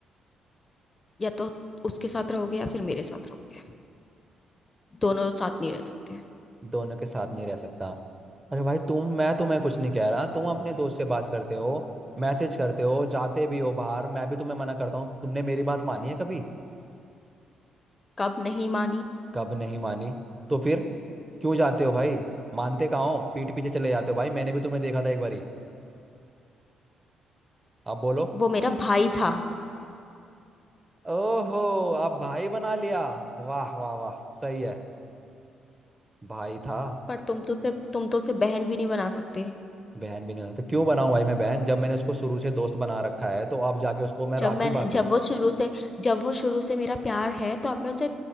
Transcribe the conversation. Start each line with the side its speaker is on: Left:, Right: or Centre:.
Left: या तो उसके साथ रहोगे या फिर मेरे साथ रहोगे दोनों तो साथ नहीं रह सकते
Right: दोनों के साथ नहीं रह सकता अरे भाई तुम मैं तुम्हें कुछ नहीं कह रहा तुम अपने दोस्त से बात करते हो मैसेज करते हो जाते भी हो बाहर मैं भी तुम्हें मना करता हूँ तुमने मेरी बात मानी है कभी
Left: कब नहीं मानी
Right: कब नहीं मानी तो फिर क्यों जाते हो भाई मानते कहाँ हो पीठ पीछे चले जाते हो भाई मैंने भी तुम्हें देखा था एक बारी अब बोलो
Left: वो मेरा भाई था
Right: ओहो अब भाई बना लिया वाह वाह वाह सही है भाई था
Left: पर तुम तो से तुम तो उसे बहन भी नहीं बना सकते
Right: बहन भी नहीं होता तो क्यों बनाऊं भाई मैं बहन जब मैंने उसको शुरू से दोस्त बना रखा है तो अब जाके उसको मैं राखी
Left: जब मैं
Right: बांधू
Left: जब वो शुरू से जब वो शुरू से मेरा प्यार है तो अब मैं उसे